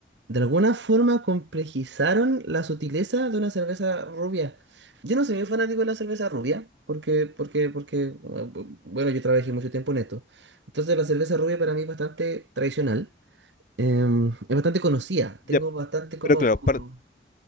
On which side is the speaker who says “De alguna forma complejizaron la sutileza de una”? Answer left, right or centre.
Right